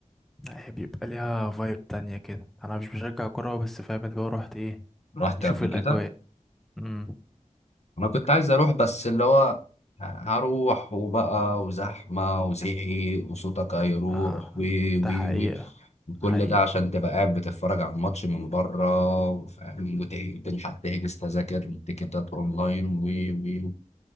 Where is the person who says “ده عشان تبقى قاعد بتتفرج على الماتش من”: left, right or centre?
Left